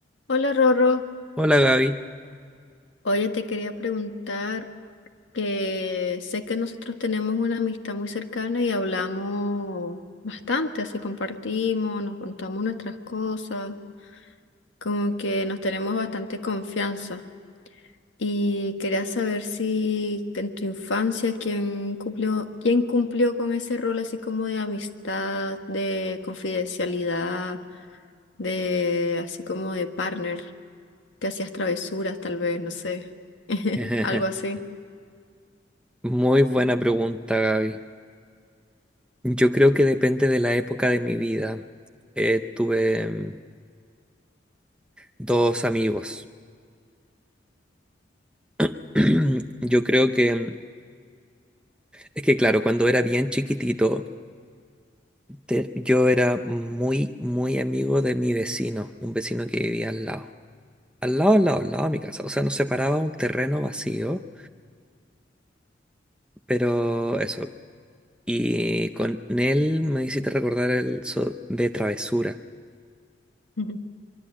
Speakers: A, on the left (about 80°); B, in the centre.
A: Hola Rorro,
B: Hola Gaby.
A: oye, te quería preguntar que sé que nosotros tenemos una amistad muy cercana y hablamos bastante, así compartimos, nos contamos nuestras cosas, como que nos tenemos bastante confianza. Y quería saber si en tu infancia quién cumplió, quién cumplió con ese rol así como de amistad, de confidencialidad, de así como de partner. que hacías travesuras, tal vez, no sé. <laughs>
B: <laughs>
A: Algo así.
B: Muy buena pregunta, Gaby. Yo creo que depende de la época de mi vida. Eh, tuve mm, dos amigos. <clears throat> Yo creo que, mm, es que claro, cuando era bien chiquitito, te- yo era muy, muy amigo de mi vecino, un vecino que vivía al lado. Al lado, al lado, al lado de mi casa. O sea, nos separaba un terreno vacío, pero eso. Y con él me hiciste recordar el so- de travesura.
A: Ujú.